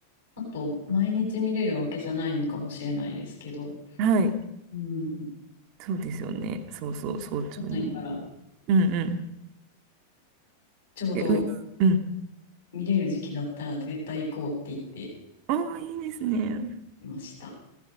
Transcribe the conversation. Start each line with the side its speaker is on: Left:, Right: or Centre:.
Left: あと、毎日見れるわけじゃないのかもしれないですけど。
Right: うん。はい。
Left: うん。
Right: そうですよね。そうそう、早朝に。
Left: ないから。
Right: うんうん。
Left: ちょうど
Right: え、う、うん。
Left: 見れる時期だったら絶対行こうって言って
Right: ああ、いいですね。
Left: いました。